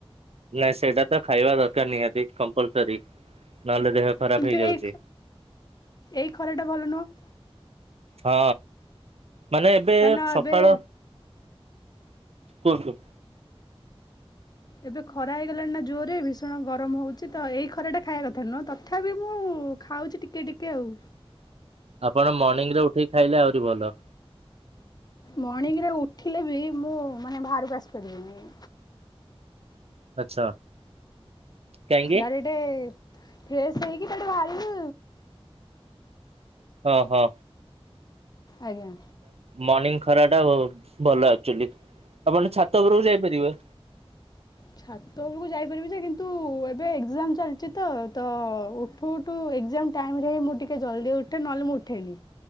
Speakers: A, on the right; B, on the left.
A: ନାଇଁ ସେଇଟା ତ ଖାଇବା ଦରକାର ନିହାତି କମ୍ପଲସରୀ ନହେଲେ ଦେହ ଖରାପ
B: କିନ୍ତୁ
A: ହେଇଯାଉଛି।
B: ଏଇ ଏଇ ଖରା ଟା ଭଲ ନୁହଁ।
A: ହଁ ମାନେ ଏବେ
B: କାରଣ
A: ସକାଳ
B: ଏବେ
A: କୁହନ୍ତୁ?
B: ଏବେ ଖରା ହେଇଗଲାଣି ନା ଜୋରରେ ଭୀଷଣ ଗରମ ହଉଛି ତ ଏଇ ଖରା ଟା ଖାଇବା କଥା ନୁହଁ ତଥାପି ମୁଁ ଖାଉଛି ଟିକେ ଟିକେ ଆଉ।
A: ଆପଣ ମର୍ଣ୍ଣିିଂରେ ଉଠିକି ଖାଇଲେ ଆହୁରି ଭଲ।
B: ମର୍ଣ୍ଣିଂରେ ଉଠିଲେ ବି ମୁଁ ମାନେ ବାହାରକୁ ଆସିପାରିବିନି।
A: ଆଚ୍ଛା। କାହିଁକି?
B: ଡାଇରେକ୍ଟ ଫ୍ରେଶ ହେଇ କି ଏଇଠୁ ବାହାରିଲୁ
A: ହଁ ହଁ
B: ଆଜ୍ଞା
A: ମର୍ନିଙ୍ଗ ଖରାଟା ଭଲ ଆକଚୁଲି ଆପଣ ଛାତ ଉପରକୁ ଯାଇପାରିବେ।
B: ଛାତ ଉପରକୁ ଯାଇପାରିବି ଯେ କିନ୍ତୁ ଏବେ ଏକ୍ଜାମ ଚାଲିଛି ତ ତ ଉଠୁ ଉଠୁ ଏକ୍ଜାମ ଟାଇମ ରେ ହିଁ ମୁଁ ଟିକେ ଜଲ୍ଦି ଉଠେ ନହେଲେ ମୁଁ ଉଠେନି